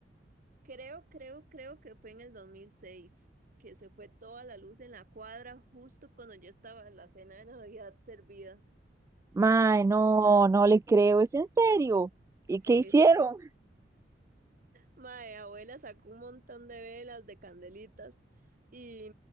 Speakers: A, on the right; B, on the right.
A: Creo, creo, creo que fue en el 2006, que se fue toda la luz en la cuadra justo cuando ya estaba la cena de Navidad servida.
B: Mae, no, no le creo, es en serio. ¿Y
A: Sí.
B: qué hicieron?
A: Mae, abuela sacó un montón de velas, de candelitas y,